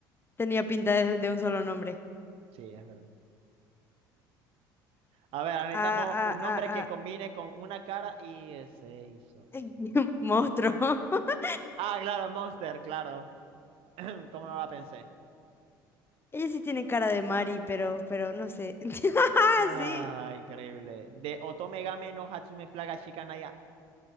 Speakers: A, on the left; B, on the right.
A: Tenía pinta de, de un solo nombre.
B: Sí, es verdad. A ver, necesitamos
A: Ah,
B: un
A: ah,
B: nombre
A: ah,
B: que
A: ah.
B: combine con una cara y eh, se hizo.
A: <laughs> Monstruo. <laughs>
B: Ah, claro, Monster, claro. <clears throat> ¿Cómo no la pensé?
A: Ella sí tiene cara de Mari, pero, pero no sé. <laughs>
B: Ah,
A: Sí,
B: increíble. De Otome Game no Hatsume Flaga Shikanaya.